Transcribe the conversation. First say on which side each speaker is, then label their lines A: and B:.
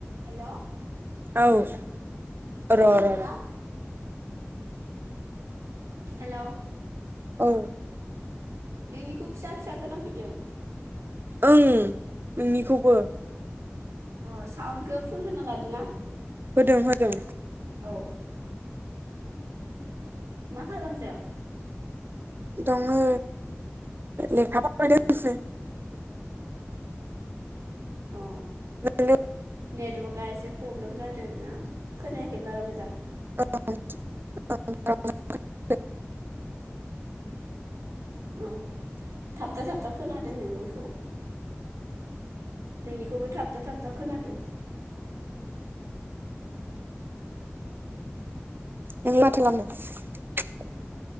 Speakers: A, on the right; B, on the right.
A: हेल'
B: औ
A: खोनादोंना
B: र र र
A: हेल'
B: औ
A: नोंनिखौ फिसा फिसा खोना फैदों
B: ओं नोंनिखौबो
A: अ साउन्डखौ फुल होना लादो ना
B: होदों-होदों
A: औ मा खालामदों
B: दङो लेखा फरायदोंसो
A: अ
B: नों
A: नेटवारकआ एसे प्रब्लेम जादोंना खोनायाखै बारा मोजां
B: <inaudible>
A: औ थाबथा थाबथा खोनादों नोंनिखौ नोंनिखौबो थाबथा-थाबथा खोनादों
B: नों माथो खालामनो